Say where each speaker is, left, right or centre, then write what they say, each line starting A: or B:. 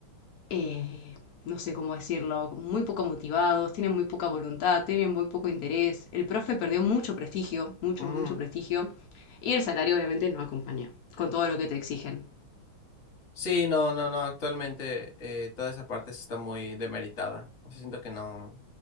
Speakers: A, on the left; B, on the left.
A: eh, no sé cómo decirlo, muy poco motivados, tienen muy poca voluntad, tienen muy poco interés. El profe perdió mucho prestigio, mucho,
B: ujú.
A: mucho prestigio. Y el salario obviamente no acompaña con todo lo que te exigen.
B: Sí, no, no, no, actualmente eh, toda esa parte sí está muy demeritada. O sea, siento que no,